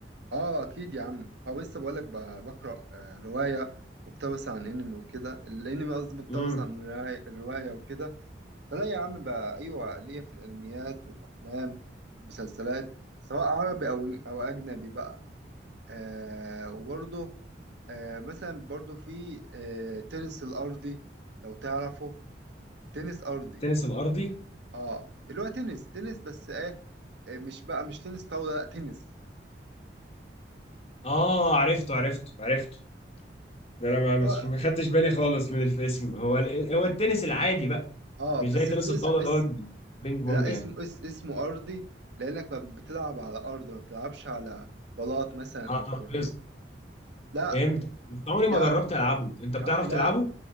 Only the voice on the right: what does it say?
آه أكيد يا عم أو لسه بقول لك ب- بقرأ آه، رواية مقتبسة عن أنمي وكده الأنمي قصدي مقتبس
عن الرواية الرواية وكده فلا يا عم بقى ايوه ليا في الانميات والافلام والمسلسلات سواء عربي او او اجنبي بقى آه وبرضه آه مثلا برضه في آه تنس الارضي لو تعرفه تنس ارضي
اه اللي هو تنس تنس بس ايه آه، مش بقى مش تنس طاوله لا تنس
اللي
هو
اه
بس
اس اس
اس
لا
اسمه اس اسمه ارضي لانك ما بتلعب على ارض ما بتلعبش على بلاط مثلا
او
كده لا
لا
يا عم لا